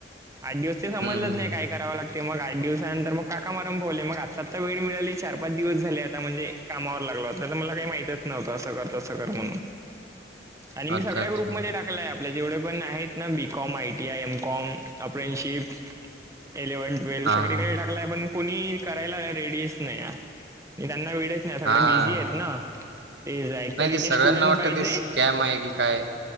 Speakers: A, on the right; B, on the right.
A: आठ दिवस ते
B: हम्म
A: समजलत
B: हम्म
A: नाही
B: हम्म
A: काय करावं लागत ते मग आठ दिवसानंतर मग काका मारम पावले मग आत्ता आता वेळ मिळाली चार पाच दिवस झाले आता म्हणजे कामावर लागला होत नाही तर मला काही माहितच नव्हतं असं कर तसं कर म्हणून. आणि मी
B: अच्छा
A: सगळ्या
B: अच्छा
A: ग्रुपमध्येध्ये टाक आपल्या जेवढे पण आहेत ना BCom ITI MCom apprenticeship eleven twelve
B: हा
A: सगळीकडे
B: हा
A: टाकलाय पण कोणी करायला रेडीच नाही त्यांना वड नाही सगळे
B: हा
A: बिझी आहेत ना. तेच आहे
B: नाही
A: तर इथे
B: ते सगळ्यांना
A: स्टुडंट
B: वाटतं
A: पाहिजे.
B: ते स्कॅम आहे की काय